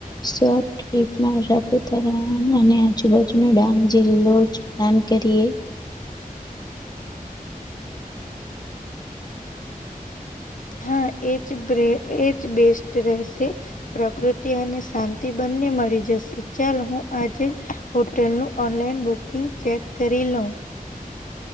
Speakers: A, on the left; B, on the left.
A: શ. ટિ્પમાં સાપુતારા અને આજુબાજુનો ડાંગ જિલ્લો જ પ્લાન કરીએ
B: હા એજ બે એજ બેસ્ટ રહેશે. પ્રકૃતિ અને શાંતિ બંને મળી જશે ચાલ હું આજે હોટલનું ઓનલાઈન બુકિંગ ચેક કરી લઉ.